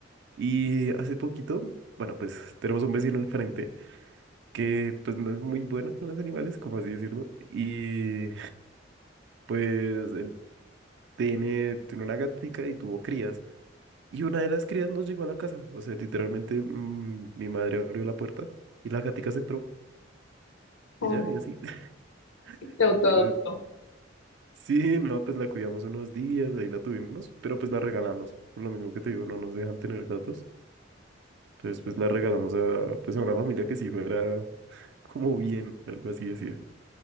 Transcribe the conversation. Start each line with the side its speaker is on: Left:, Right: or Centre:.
Right: Y hace poquito, bueno, pues tenemos un vecino al frente. que pues no es muy buena con los animales, como así decirlo, y pues él tiene, tiene una gatica y tuvo crías, y una de las crías nos llegó a la casa, o sea, literalmente mm, mi madre abrió la puerta y la gatica se entró,
Left: Oh,
Right: y ya, y así, <laughs>
Left: se autoadoptó.
Right: entonces, sí, no, pues la cuidamos unos días, ahí la tuvimos, pero pues la regalamos, por lo mismo que te digo, no nos dejan tener gatos, entonces pues la regalamos a, pues a una familia que sí fuera como bien, algo así decir.